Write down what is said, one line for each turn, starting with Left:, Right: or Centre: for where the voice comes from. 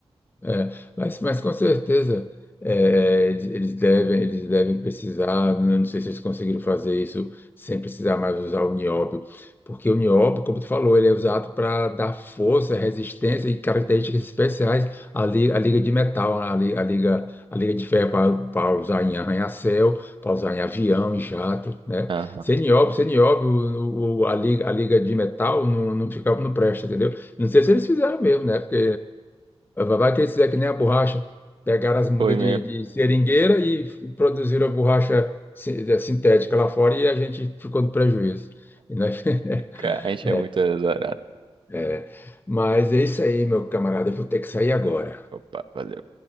Left: É, mas, mas com certeza é, é, eles, eles devem eles devem precisar, não sei se eles conseguiram fazer isso sem precisar mais usar o nióbio, porque o nióbio, como tu falou, ele é usado para dar força, resistência e características especiais à, li, à liga de metal, à, li- à liga à liga de ferro para usar em arranha-céu, para usar em avião, em jato, né?
Right: Aham.
Left: Sem nióbio, sem nióbio, o- o- a liga, a liga de metal não, não fica, não presta, entendeu? Não sei se eles fizeram mesmo, né? Porque Vai que eles é que nem a borracha. Pegaram as mudas
Right: Foi mesmo.
Left: de, de seringueira e f- produziram a borracha si- da- sintética lá fora e a gente ficou no prejuízo. E nós- <laughs>
Right: Cara, a gente é muito azarado.
Left: É, mas é isso aí, meu camarada. Eu vou ter que sair agora.
Right: Opa, valeu.